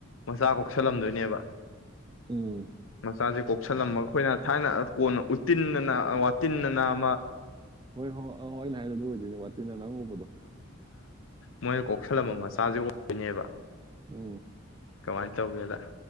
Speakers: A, on the left; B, on the right.
A: ꯃꯆꯥ ꯀꯣꯛꯁꯜꯂꯝꯗꯣꯏꯅꯦꯕ
B: ꯎꯝ
A: ꯃꯆꯥꯁꯦ ꯀꯣꯛꯁꯜꯂꯝꯃꯒ ꯈꯣꯏꯅ ꯊꯥꯏꯅ ꯀꯣꯟꯅ ꯎꯠꯇꯤꯟꯗꯅ ꯋꯥꯇꯤꯟꯗꯅ
B: ꯍꯣꯏ ꯍꯣꯏ ꯑ ꯍꯣꯏ ꯑꯩꯅ ꯍꯥꯏꯗꯤ ꯑꯣꯏꯗꯨꯣꯏꯅꯦ ꯋꯥꯇꯤꯟꯅꯦ ꯅꯪꯎꯕꯗꯣ
A: ꯃꯣꯏ ꯀꯣ ꯀꯧꯁꯜꯂꯝꯕ ꯃꯆꯥꯁꯦ ꯑꯣꯏꯗꯣꯏ ꯅꯦꯕ
B: ꯎꯝ
A: ꯀꯃꯥꯏ ꯇꯧꯒꯦꯗ